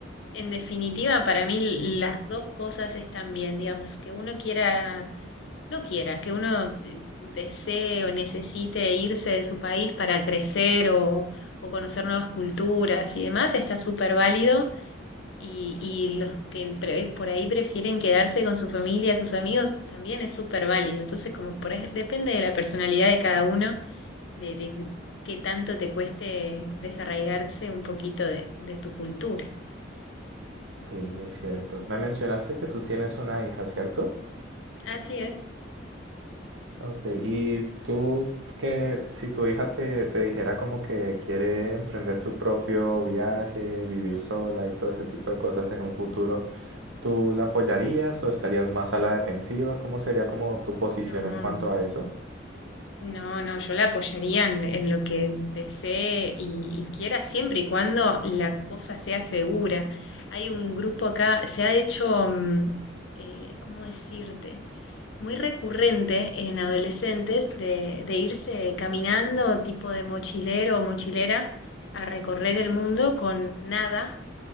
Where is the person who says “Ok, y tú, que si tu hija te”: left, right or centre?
Right